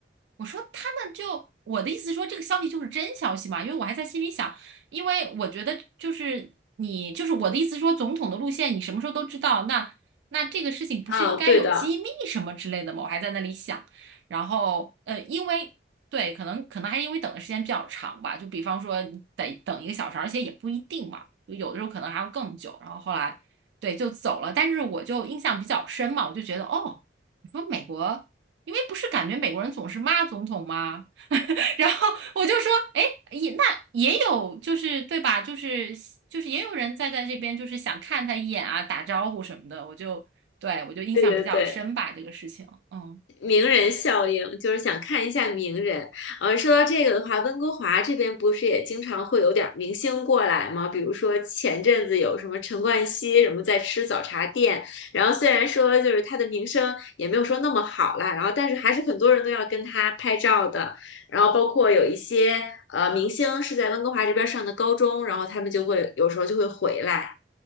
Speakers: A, on the right; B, on the left.
A: 我说他们就我的意思是说这个消息就是真消息嘛，因为我还在心里想，因为我觉得就是你就是我的意思是说总统的路线你什么时候都知道，那那这个事情不是应该有机密什么之类的吗？
B: 啊，对的，
A: 我还在那里想，然后呃，因为对，可能可能还因为等的时间比较长吧，就比方说你得等一个小时，而且也不一定嘛，就有的时候可能还要更久，然后后来。对，就走了。但是我就印象比较深嘛，我就觉得哦，你说美国，因为不是感觉美国人总是骂总统吗？<laughs> 然后我就说，哎，也那也有就是对吧？就是就是也有人在在这边就是想看他一眼啊，打招呼什么的。我就对我就印象比较深吧，
B: 对对对。
A: 这个事情，嗯。
B: 名人效应，就是想看一下名人。呃，说到这个的话，温哥华这边不是也经常会有点儿明星过来吗？比如说前阵子有什么陈冠希什么在吃早茶店，然后虽然说就是他的名声也没有说那么好啦，然后但是还是很多人都要跟他拍照的。然后包括有一些呃明星是在温哥华这边上的高中，然后他们就会有时候就会回来。